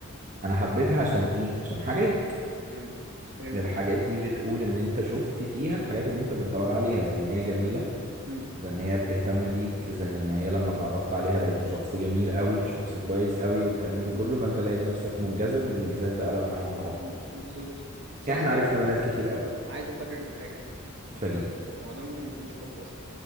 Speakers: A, on the right; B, on the right.
A: انا حبيتها عشان ايه عشان حاجات
B: امم فهمت
A: الحاجات دي بتقول ان انت شفت فيها الحاجات اللي انت بتدور عليها زي ان هي جميلة
B: امم
A: زي ان هي بتهتم بيك زي ان هي لما اتعرفت عليها لقيتها شخص جميل قوي شخص كويس قوي والكلام ده
B: امم
A: كله فانت لقيت نفسك منجذب الانجذاب ده قلب معاك بحب
B: أمم، بالظبط بس انا
A: احنا
B: عايز
A: عرفنا
B: أ-
A: بنات كتير قوي
B: عايز افاجئك بحاجه
A: فاجئني
B: هو ده ممكن ما يكونش حب اصلا